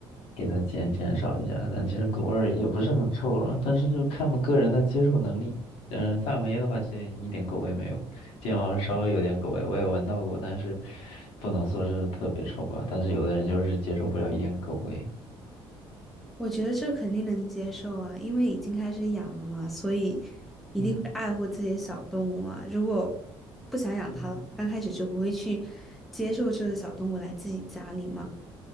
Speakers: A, on the left; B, in the centre.
A: 给它减减少一下。但其实狗味儿也不是很臭了，但是就看我们个人的接受能力。嗯，萨摩耶的话就一点狗味没有，金毛是稍微有点狗味，我也闻到过，但是不能说是特别臭吧。但是有的人就是接受不了一点狗味。
B: 我觉得这肯定能接受啊，因为已经开始养了嘛，所以一定会爱护自己的小动物啊。
A: 嗯
B: 如果不想养它的话，
A: 嗯
B: 刚开始就不会去接受这个小动物来自己家里嘛。